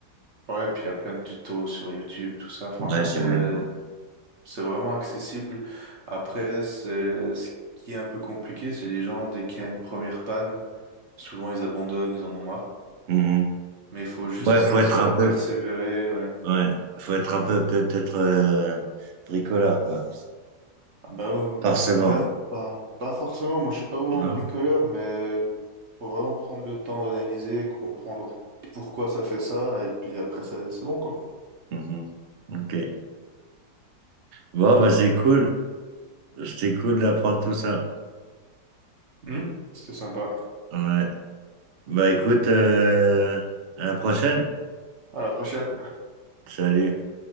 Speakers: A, on the right (about 50°); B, on the right (about 85°).
A: Ouais, puis il y a plein de tutos sur YouTube, tout ça. Franchement,
B: Ouais, j'imagine.
A: c'est c'est vraiment accessible. Après, c'est ce qui est un peu compliqué, c'est les gens, dès qu'il y a une première panne, souvent ils abandonnent, ils en ont marre.
B: Mhm.
A: Mais il faut juste
B: Ouais,
A: réussir
B: faut être un
A: à
B: peu,
A: persévérer. Ouais.
B: ouais, faut être un peu peut-être euh, bricoleur, quoi.
A: Bah, euh,
B: Forcément.
A: ouais, pas, pas forcément. Moi, je suis pas vraiment
B: hein.
A: bricoleur, mais faut vraiment prendre le temps d'analyser, comprendre pourquoi ça fait ça, et puis après, ça- c'est bon, quoi.
B: Mhm. Ok. Bon, bah c'est cool. C'était cool d'apprendre tout ça.
A: Mhm. C'était sympa.
B: Ouais. Bah écoute, euh, à la prochaine.
A: À la prochaine.
B: Salut.